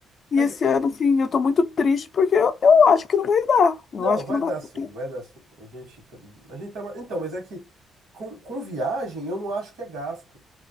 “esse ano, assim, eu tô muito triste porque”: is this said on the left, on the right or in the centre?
Left